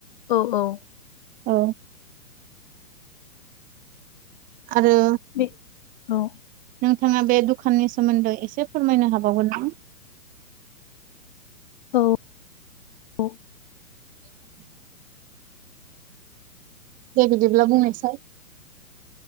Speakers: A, on the left; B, on the right.
A: औ औ
B: औ आरो
A: बे औ
B: नोंथाङा बे दुखाननि सोमोन्दै एसे फोरमायनो हाबावगोन ना?
A: औ औ
B: <inaudible> दे बिदिब्ला बुंनायसाय